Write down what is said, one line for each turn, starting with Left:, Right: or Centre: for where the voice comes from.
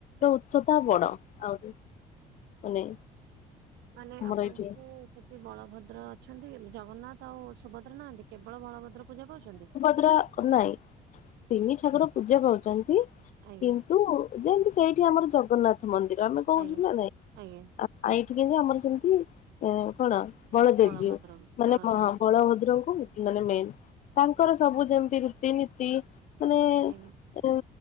Left: ରୁ ଉଚ୍ଚତା ବଡ ଆହୁରି ମାନେ
Right: ମାନେ
Left: ଆମର
Right: ଆପଣଙ୍କଠୁ
Left: ଏଇଠି
Right: ସେଠି ବଳଭଦ୍ର ଅଛନ୍ତି ଏମି ଜଗନ୍ନାଥ ଆଉ ସୁଭଦ୍ରା ନାହାନ୍ତି। କେବଳ ବଳଭଦ୍ର ପୂଜା ପାଉଛନ୍ତି?
Left: ପୁରା ନାଇଁ ତିନି ଠାକୁର ପୂଜା ପାଉଚନ୍ତି
Right: ଆଜ୍ଞା
Left: କିନ୍ ନ୍ତୁ ଯେମତି ସେଇଠି ଆମର ଜଗନ୍ନାଥ ମନ୍ଦିର ଆମେ କହୁଛୁ
Right: ଆଜ୍ଞା
Left: ନା ନାଇଁ।
Right: ଆଜ୍ଞା
Left: ଆ ଆ ଏଇଠି କେମିତି ଆମର ସେମତି ଏଁ କଣ ବଳଦେବ
Right: ବଳଭଦ୍ର
Left: ଜୀଉ ମାନେ
Right: ବଳଦେବଜୀଉ
Left: ମ ବଳଭଦ୍ରଙ୍କୁ ମାନେ ମେନ୍ ତାଙ୍କର ସବୁ ଯେମିତି ରୀତିନୀତି ମାନେ
Right: ଆଜ୍ଞା
Left: ଉଂ